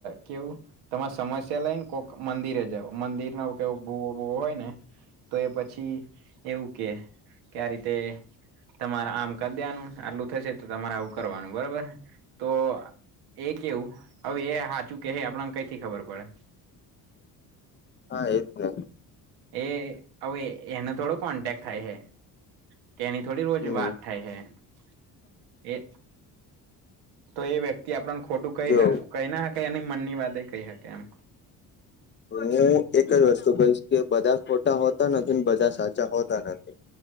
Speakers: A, on the right (about 85°); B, on the left (about 30°).
A: કેવું તમા સમસ્યા લઈને કોક મંદિરે જાવ મંદિર નેવ કેવ બોવો બોવો હોય ને તો એ પછી એવું કે કે આ રીતે તમારે આમ કર દેનું આટલું થશે તો તમારે આવું કરવાનું બરબર તો એ કેવું અવે એ હાચું કેહે આપણાને કઈથી ખબર પડે
B: હા એ જ ને
A: એ અવે એને થોડો કોન્ટેક્ટ થાય હે કેની થોડી રોજ
B: હમ
A: વાત થાય હે એ તો એ વ્યક્તિ આપડાને ખોટું કઇ
B: જો
A: હ કઈના હકે એની મનની વાત એ કઇ હકે એમ.
B: હું એક જ વસ્તુ કહીશ કે બધા ખોટા હોતા નથી ને બધા સાચા હોતા નથી.